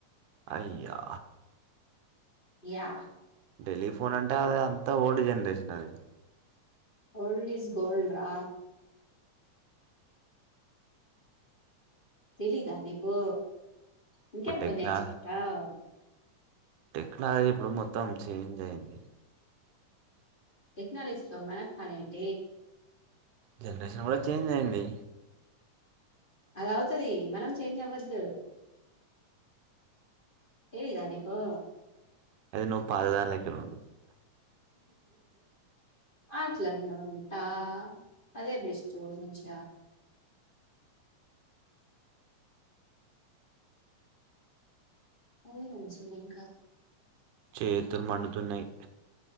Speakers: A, on the right; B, on the left.
A: అయ్యా
B: యా
A: టేలిఫోన్ అంటే అది అంత ఓల్డ్ జనరేషన్ అది
B: ఓల్డ్ ఇస్ గోల్డ్ రా తెలిద నికు ఇంకెప్పుడు
A: ఇప్పుడు టెక్నా
B: నేర్చుకుంటావ్
A: టెక్నాలజీ ఇప్పుడు మొత్తం చేంజ్ అయింది
B: టెక్నలోజీ మన మనేంట
A: జనరేషన్ కూడా చేంజ్ అయింది
B: అలా అవుతుది మనం చేంజ్ అవ్వద్దు ఏ రానికో
A: అది ను పాదధా లేక్కండ
B: ఆట్లా ఉంటా అదే బెస్ట్ మంచి అదే రంంచిలింకా
A: చేతులు మండుతున్నాయి